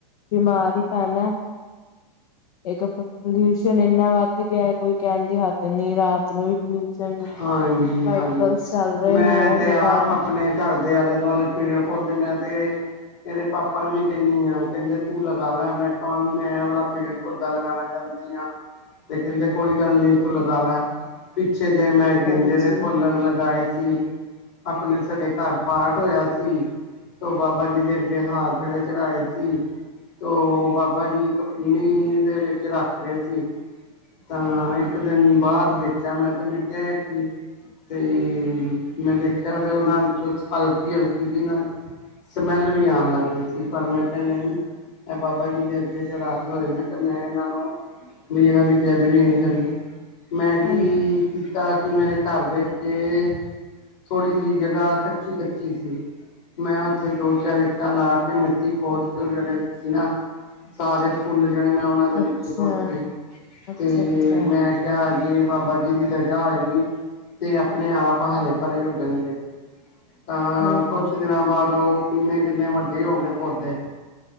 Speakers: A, on the left (about 60°); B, on the left (about 30°).
A: ਬਿਮਾਰ ਈ ਪੈਣਾ। ਇੱਕ ਪ ਪੋਲਿਊਸ਼ਨ ਏਨਾ ਵੱਧ ਗਿਆ ਕੋਈ ਕਹਿਣ ਦੀ ਹੱਦ ਨੀ। ਰਾਤ ਨੂੰ ਵੀ ਪੋਲਿਸ਼ਨ
B: ਹਾਂਜੀ
A: ਵਾਈਕਲਸ
B: ਹਾਂਜੀ
A: ਚੱਲ ਰਏ
B: ਮੈਂ
A: ਨੇ ਓਦੇ
B: ਤੇ ਆਪ
A: ਕਾਰਨ।
B: ਆਪਣੇ ਘਰ ਦੇ ਆਲੇ ਦੁਆਲੇ ਪੇੜ ਪੌਦੇ ਮੈਂ ਤੇ। ਏਦੇ ਪਾਪਾ ਨੂੰ ਵੀ ਕਹਿੰਦੀ ਆ ਕਹਿੰਦੇ ਤੂੰ ਲਗਾ ਲੈ। ਮੈਂ ਕਵਾਂਗੀ ਮੈਂ ਇਹ ਵਾਲਾ ਪੇੜ। ਪੌਦਾ ਲਗਾਣਾ ਚਾਹੁੰਦੀ ਆਂ। ਏ ਕਹਿੰਦੇ
A: ਹਮ
B: ਕੋਈ ਗੱਲ ਨੀ ਤੂੰ ਲਗਾ ਲੈ। ਤੇ ਜੇ ਮੈਂ ਗੇਂਦੇ
A: ਹਾਂਜੀ
B: ਦੇ ਫੁੱਲ ਲਗਾਏ ਸੀ। ਆਪਣੇ ਸਾਡੇ ਘਰ ਪਾਠ ਹੋਇਆ ਸੀ। ਤੋਂ ਬਾਬਾ ਜੀ ਦੇ ਅੱਗੇ ਹਾਰ ਜੜੇ ਚੜ੍ਹਾਏ ਸੀ। ਤ ਬਾਬਾ ਜੀ ਕਪੀਣੀ ਦੇ ਵਿੱਚ ਰੱਖ ਗਏ ਸੀ ਤਾਂ ਇੱਕ ਦਿਨ ਬਾਅਦ ਦੇਖਿਆ ਮੈਂ ਤੇ ਮੈਂ ਕਿਹਾ ਤੇ ਮੈਂ ਦੇਖਿਆ ਤੇ ਉਹਨਾਂ ਚੋਂ ਹਲਕੀ ਹਲਕੀ ਸੀਨਾਂ ਸਮੈੱਲ ਵੀ ਆਉਣ ਲੱਗ ਗਈ ਸੀ ਪਰ ਮੈਂ ਕਿਹਾ ਨਹੀਂ ਇਹ ਬਾਬਾ ਜੀ ਦੇ ਅੱਗੇ ਚੜ੍ਹਾਹੇ ਹੋਏ ਨੇ ਤੇ ਮੈਂ ਇਹਨਾਂ ਨੂੰ ਵੀ ਇਹਨਾਂ ਦੀ ਜਿੱਦ ਵੀ ਨਹੀਂ ਕਰਨੀ ਮੈਂ ਕਿ।
A: ਹਾਂ
B: ਕੀਤਾ ਕਿ ਮੇਰੇ ਘਰ ਦੇ ਅਗੇ। ਥੋੜ੍ਹੀ ਜਿਹੀ ਜਗ੍ਹਾ ਕੱਚੀ ਰੱਖੀ ਸੀ। ਮੈਂ ਉੱਥੇ ਦੋ ਚਾਰ ਇੱਟਾਂ ਲਾ ਕੇ ਮਿੱਟੀ ਖੋਦ ਕੇ ਉਹ ਜਿਹੜੇ ਸੀ ਨਾ। ਸਾਰੇ ਫੁੱਲ ਜਿਹੜੇ ਮੈਂ ਉਹਨਾਂ ਦੇ
A: ਅੱਛਾ
B: ਵਿੱਚ ਸੁੱਟ
A: ਅੱਛਾ
B: ਤੇ
A: ਅੱਛਾ
B: ਮੈਂ। ਕਿਹਾ ਜੇ ਬਾਬਾ ਜੀ ਦੀ ਰਜਾ ਹੋਏਗੀ ਤੇ ਆਪਣੇ ਆਪ ਹਰੇ ਭਰੇ ਹੋ ਜਾਣਗੇ। ਤਾਂ
A: ਹਾਂਜੀ
B: ਕੁਛ ਦਿਨਾਂ ਬਾਅਦ ਉਹ। ਕਿੰਨੇ ਕਿੰਨੇ ਵੱਡੇ ਹੋ ਗਏ ਪੌਦੇ